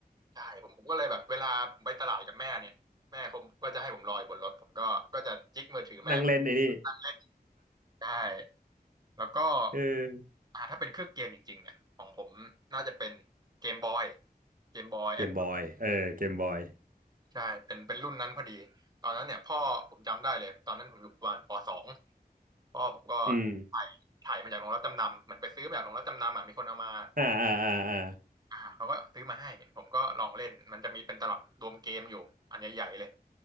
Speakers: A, on the right; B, on the right.
A: ใช่ผมผมก็เลยแบบเวลาไปตลาดกับแม่เนี่ยแม่เขาก็จะให้ผมลอยบนรถผมก็ก็จะจิกมือถือแม่
B: นั่งเล่นไอ้นี่ <laughs>
A: นั่งเล่นได้แล้วก็
B: เออ
A: อ่าถ้าเป็นเครื่องเกมจริงๆเนี่ยของผมน่าจะเป็นเกมบอยเกมบอยแอด
B: เกมบอยเออเกมบอย
A: ใช่เป็นเป็นรุ่นนั้นพอดี ตอนนั้นเนี่ยพ่อผมจำได้เลย ตอนนั้นผมอยู่ประมาณปสองพ่อผมก็
B: อืม
A: ถ่ายถ่ายมาจากโรงรับจำนำ เหมือนไปซื้อมาจากโรงรับจำนำอ่ะมีคนเอามา
B: อ่าอ่าอ่าอ่า
A: อ่าเขาก็ซื้อมาให้ ผมก็ลองเล่น มันจะมีเป็นตลับรวมเกมอยู่ อันใหญ่ๆเลย